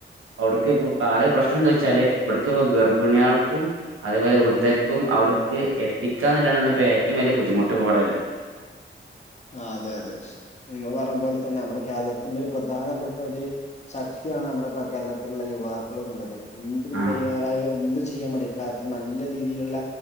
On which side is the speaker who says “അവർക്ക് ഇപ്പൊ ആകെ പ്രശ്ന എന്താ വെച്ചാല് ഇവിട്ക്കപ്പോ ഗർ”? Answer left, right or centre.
Right